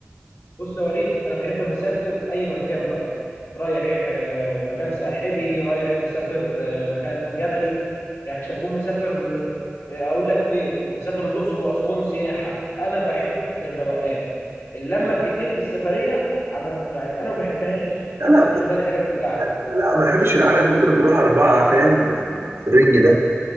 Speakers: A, on the left (about 75°); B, on the right (about 85°).
A: بص يا وليد انا بحب مسافر اي مكان بقى رايح آه، مكان ساحلي رايح مسافر آه، مكان جبلي يعني مش هكون مسافر آه، اقول لك فين مسافر الاقصر واسوان سياحه انا بحب الروقان اللمه الكتير في السفريه انا يعني انا ما بحبهاش
B: لا
A: انت
B: لا
A: بتحبها دي حاجه ترجع لك
B: لا ما بحبش العدد ممكن بنروح اربعه فاهم في في الرينج ده